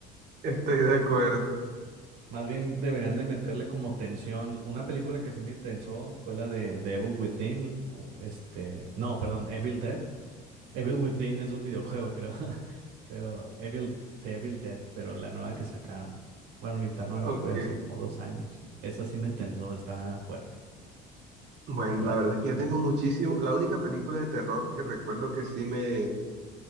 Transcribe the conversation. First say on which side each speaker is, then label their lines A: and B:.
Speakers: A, on the right; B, on the right.
A: Estoy de acuerdo.
B: Más bien deberían de meterle como tensión. Una película que sí me tensó fue la de, de Evil Within. o Este, no, perdón, Evil Dead. Evil Within es un videojuego, creo. <laughs> Pero Evil, de Evil Dead, pero la nueva que sacaron. Bueno, ni tan nueva,
A: Ok.
B: fue hace como dos años. Esa sí me tensó, está fuerte.
A: Bueno,
B: Te la...
A: la
B: re-
A: verdad es que yo tengo muchísimo. La única película de terror que recuerdo que sí me,